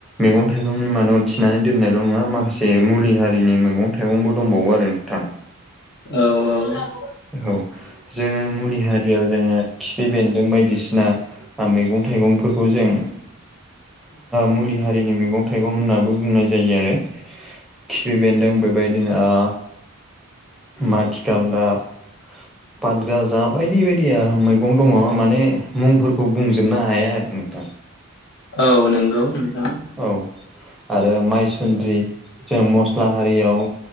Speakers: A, in the centre; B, on the left.
A: मैगं थाइगंनि मादाव थिनानै दोननाय ल' नङा माखासे मुलि हारिनि मैगं थाइगंबो दंबावो आरो नोंथां
B: औ औ
A: औ जोङो मुलि हारियाव जोङो खिफि बेन्दों बायदिसिना मैगं थाइगंफोरखौ जों मुलि हारिनि मैगं थाइगं होननानैबो बुंनाय जायो आरो खिफि बेन्दों बेबायदिनो ओ माथिगालदाब पादगाजा बायदि बायदिया मैगं दङ माने मुंफोरखौ बुंजोबनो हाया आरो नोंथां
B: औ नंगौ नोंथां
A: औ आरो माइसुन्द्रि जों मस्ला हारियाव